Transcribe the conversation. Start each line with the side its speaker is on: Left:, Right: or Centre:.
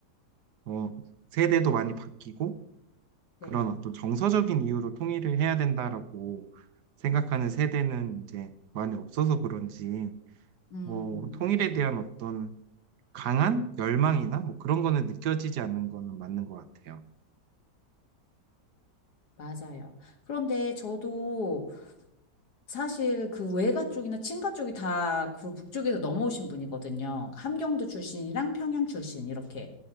Right: 어, 세대도 많이 바뀌고 그런
Left: 네.
Right: 어떤 정서적인 이유로 통일을 해야 된다라고 생각하는 세대는 이제 많이 없어서 그런지
Left: 음,
Right: 어, 통일에 대한 어떤 강한 열망이나 뭐 그런 거는 느껴지지 않는 거는 맞는 것 같아요.
Left: 맞아요. 그런데 저도 사실 그 외가 쪽이나 친가 쪽이 다 그 북쪽에서 넘어오신 분이거든요. 함경도 출신이랑 평양 출신 이렇게.